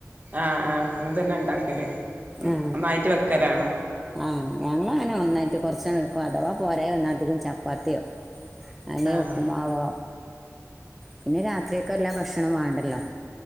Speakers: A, on the right (about 35°); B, in the centre.
A: ആ ആ അങ്ങനെ തന്നെ ഇണ്ടാക്കല്
B: ആ
A: ഒന്നായിട്ട് വെക്കലാണ്
B: ആ ഞങ്ങളങ്ങനെ ഒന്നായിട്ട് കൊറച്ചാണ്ട് വെക്കും അഥവാ പോരായി വന്ന അധികം ച പ്പാത്തിയൊ അല്ലെ
A: ആഹ്
B: ഉപ്പ്മാവോ പിന്നെ രാത്രിയക്ക്‌ എല്ലാ ഭക്ഷണം വേണ്ടല്ലോ